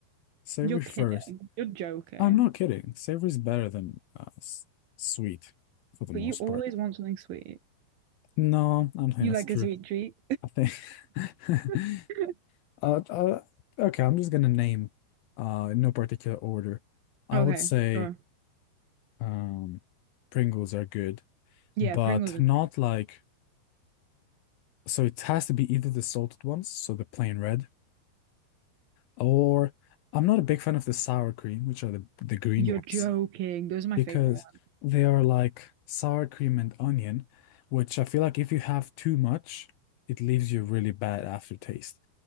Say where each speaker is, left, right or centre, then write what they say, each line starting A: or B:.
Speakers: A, on the left; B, on the right.
A: Savory
B: You're kidding.
A: first.
B: You're joking.
A: I'm not kidding. Savory is better than uh, s- sweet for the
B: But
A: most
B: you always
A: part.
B: want something sweet.
A: No, I don't think
B: You
A: that's
B: like
A: true.
B: a sweet treat.
A: I think. <laughs>
B: <laughs>
A: uh, uh, okay, I'm just gonna name, uh, in no particular order. I
B: Okay,
A: would say.
B: sure.
A: Um, Pringles are good,
B: Yeah,
A: but
B: Pringles are
A: not
B: great.
A: like so it has to be either the salted ones, so the plain red, or I'm not a big fan of the sour cream, which are the the green
B: You're
A: ones,
B: joking. Those are my
A: because
B: favorite ones.
A: they are like sour cream and onion, which I feel like if you have too much, it leaves you really bad aftertaste.